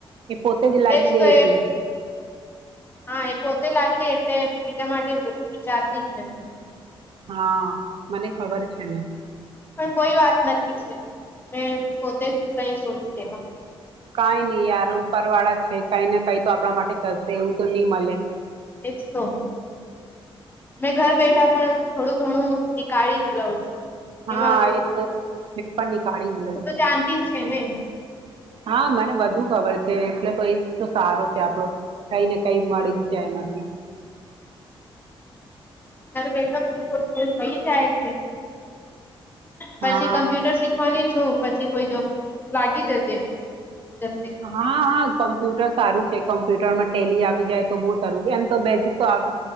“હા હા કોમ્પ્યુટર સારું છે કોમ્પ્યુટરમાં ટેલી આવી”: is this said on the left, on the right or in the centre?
Right